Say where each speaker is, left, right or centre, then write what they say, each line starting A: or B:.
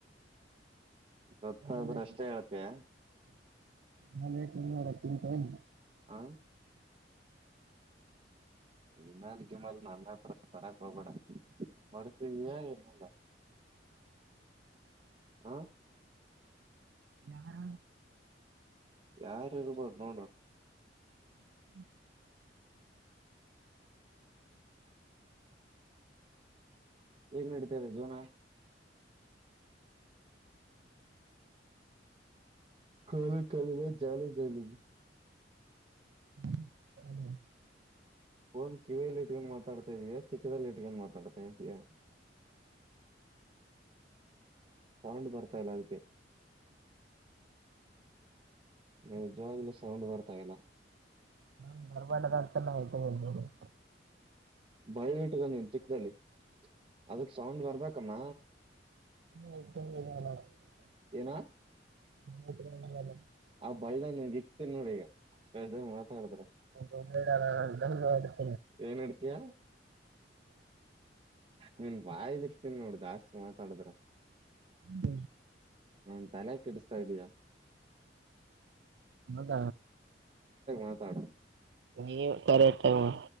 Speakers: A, on the right (about 30°); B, on the right (about 65°).
A: ಗೊತ್ತಾದ್ರ
B: ನಾನೆ
A: ಅಷ್ಟೇ ಹೇಳ್ತಯ
B: ನಾನೆನ್ನರ ತಿಟ ಹ್ಮ್
A: ಹ ಇಮಾಲಗಿಮಾಲ ನನ್ನ ಹತ್ರ ತರಕ್ ಹೋಗಬೇಡ ಮರ್ತಿದೀಯಾ ಏನಿಲ್ಲ ಹ
B: ಯಾರ
A: ಯಾರಿರಬಹುದು ನೋಡ
B: <unintelligible>
A: ಹೇಗ್ ನಡೀತಾ ಇದೆ ಜೀವನ ಖಾಲಿ ಖಾಲಿನೆ ಜಾಲಿ ಜಾಲಿನೆ
B: <unintelligible>
A: ಫೋನ್ ಕಿವಿಲಿ ಇಟ್ಕೊಂಡ ಮಾತಾಡ್ತಾಯಿದಿಯ ತಿಕ್ಕದಲ್ಲಿ ಇಟ್ಕೊಂಡ ಮಾತಾಡ್ತಾಯಿದಿಯಾ ಸೌಂಡ್ ಬರ್ತಾ ಇಲ್ಲ ಅದಕ್ಕೆ ನಿಜಾ ಸೌಂಡ್ ಬರ್ತಾ ಇಲ್ಲ
B: ಹಾ ಬರ್ಬಾರ್ದ <inaudible>
A: ಬಳ್ಳ ಇಟ್ಕ ನೀನ್ ತಿಕ್ಕದಲ್ಲಿ ಅದಕ್ ಸೌಂಡ್ ಬರ್ಬೇಕಮ್ಮ
B: <inaudible>
A: ಏನು
B: <inaudible>
A: ಆ ಬಲ್ದಾಗ ಇಕ್ತಿನಿ ನೋಡು ಈಗ ಜಾಸ್ತಿ ಮಾತಾಡ್ರೆ
B: <inaudible>
A: ಏನಡ್ತೀಯ ನಿನ್ ಬಾಯಲಿಕ್ತೀನಿ ನೋಡ್ ಜಾಸ್ತಿ ಮಾತಾಡುದ್ರೆ
B: ಹ್ಮ
A: ಹಾ ತಲೆ ಕೆಡಿಸತಾ ಇದ್ದಯಾ
B: ಹೌದ
A: ಮಾತಾಡು
B: ನಿನ್ ಕರೆಕ್ಟ್ ಹ್ಮ್